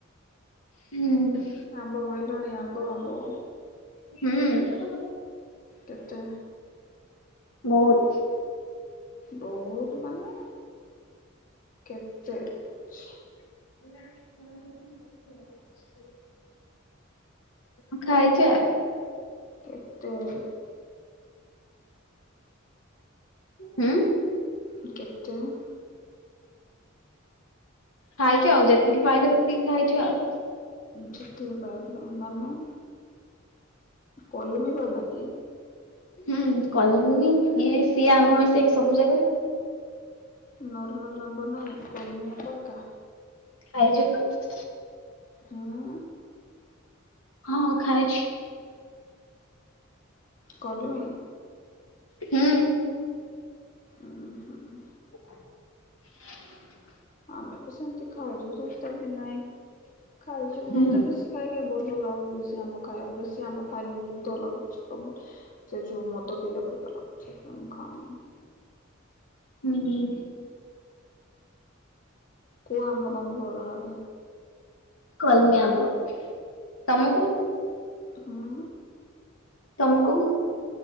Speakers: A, on the left; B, on the left.
A: ହୁଁ।
B: ଆମ୍ବ କାଇଲୁଣି ଆମ୍ବ ଆମ୍ବ।
A: ହୁଁ।
B: କେତେ?
A: ବହୁତ।
B: ବହୁତ ମାନେ କେତେ ହେଇଚି?
A: <unintelligible> <unintelligible>
B: <unintelligible>
A: ହୁଁ।
B: <unintelligible>
A: ଖାଇଚି ଆଉ ଯେତିକି ପାଇଲି ସେତିକି ଖାଇଚି ଆଉ।
B: ଯେତିକି ପାଇଲୁ ମାନେ? କଲିମୀ ବାଲା କି?
A: ହୁଁ କଲିମି ଇଏ ସିଏ ଆମ୍ବ ମିଶେଇକି ସବୁ ଜାକ।
B: ନର୍ମାଲ ଆମ୍ବ ନାହିଁ? କଲମୀ ଆମ୍ବ ଏକା।
A: <unintelligible>
B: ହୁଁ।
A: ହଁ ଖାଇଚି।
B: କଲିମି।
A: ହୁଁ।
B: ଉଁ ହୁଁ।
A: <inaudible>
B: ଆମେ ବି ସେମିତି ଖାଇଚୁ ସେତେ ବି ନାଇଁ। ଖାଇଚୁ
A: ହୁଁ
B: ମତେ ବେଶୀ ଖାଇ ଖାଇ ଭଲ ଲାଗୁନି ବେଶୀ ଆମ୍ବ ଖାଇବାକୁ। ବେଶୀ ଆମ୍ବ ଖାଇଲେ ନିଦ ଲାଗୁଚି ପ୍ରବଳ। ସେ ଯୋଉ ମଦ ପିଇଲା ପରିକା ଲାଗୁଚି। ସେଇଥିପାଇଁ ମୁଁ ଖାଉନି।
A: ହୁଁ, ହୁଁ।
B: କୋଉ ଆମ୍ବ ତମକୁ ଭଲ ଲଗେ?
A: କଲମି ଆମ୍ବ। ତମକୁ?
B: ହୁଁ।
A: ତମକୁ?